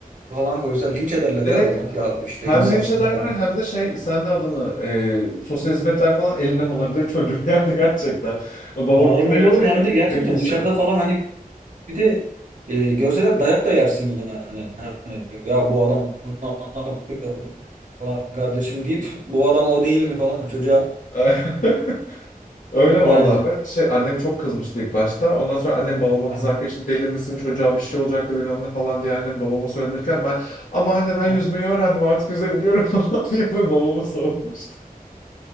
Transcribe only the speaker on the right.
falan koysa linç ederler
ya adamı. Ya işte
insafsız
adam.
Ya hem
öyle
olur hem de gerçekten
dışarıda falan hani bir de e, görseler dayak da yersin yani. Hani, ya bu adam ne yapıyor falan kardeşim deyip bu adam o değil mi falan çocuğa
yani.
Aha,
aha.